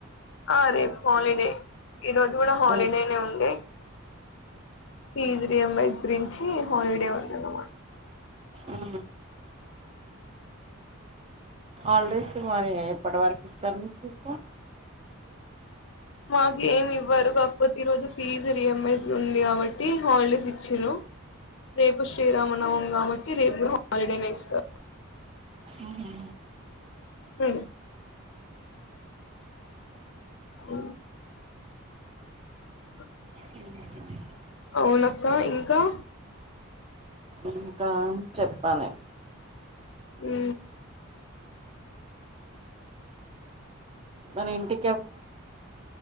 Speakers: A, on the left (about 55°); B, on the right (about 25°).
A: ఆ రేప్ హాలిడేనే ఈ రోజు కూడా హాలిడేనే
B: హ్మ్.
A: ఉండి ఫీజ్ రియబ రిన్స్ చ్చి హలిడే మంట <unintelligible>
B: ఆ ఆల్డేస్ మరే ఎప్పటి వరకు ఇస్తారు మీకు చొప్పు
A: మాకు ఏమి ఇవ్వరు కాకపోతే ఈరోజు ఫీజు రియేంబెన్స్ ఉంది కాబట్టి హాలిడేస్ ఇచ్చిర్రు, రేపు శ్రీరామనవమ్ కాబట్టి రేపు హాలిడేనే ఇస్తారు.
B: ఆ హా
A: ఉ అఓ ఓ
B: అ
A: అవునక్క ఇంకా
B: ఇంకా చెప్పాలే
A: ఉ
B: మన ఇంటి